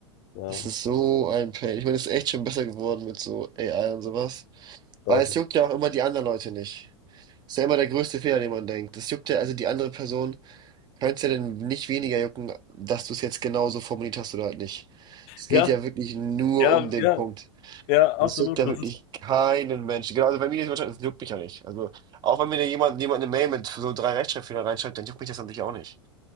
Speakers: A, on the left; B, on the right.
A: ja,
B: Das ist so ein Pain. Ich meine, es ist echt schon besser geworden mit so AI und sowas. Weil
A: deutlich.
B: es juckt ja auch immer die anderen Leute nicht. Ist ja immer der größte Fehler, den man denkt. Es juckt ja, also die andere Person könnte es ja dann nicht weniger jucken, dass du es jetzt genauso formuliert hast oder halt nicht. Es
A: Ja,
B: geht ja wirklich nur
A: ja,
B: um den
A: ja,
B: Punkt.
A: ja, absolut.
B: Das juckt ja
A: Das
B: wirklich
A: ist.
B: keinen Menschen. Genau, also bei mir ist es das juckt mich ja nicht. Also, auch wenn mir da jemand, jemand eine Mail mit so drei Rechtschreibfehler reinschreibt, dann juckt mich das natürlich auch nicht.